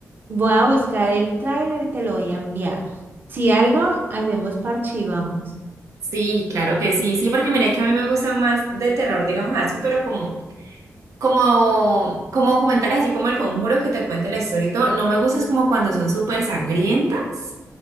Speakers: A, on the right; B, on the right.
A: Voy a buscar el tráiler y te lo voy a enviar. Si algo, hacemos parche y vamos.
B: Sí, claro que sí, sí, porque mira que a mí me gusta más de terror, digamos así, pero como, como, como documentales así como El Conjuro que te cuente la historia y todo, no me gusta es como cuando son súper sangrientas,